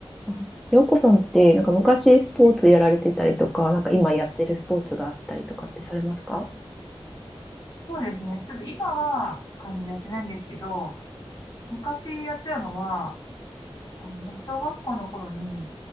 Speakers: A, in the centre; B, on the left.
A: あ、洋子さんって、なんか昔スポーツやられてたりとか、
B: あ
A: なんか今やってるスポーツがあったりとかってされますか
B: そうですね。ちょっと今は、あの、やってないんですけど、昔やってたのは、あの、なんか小学校の頃に、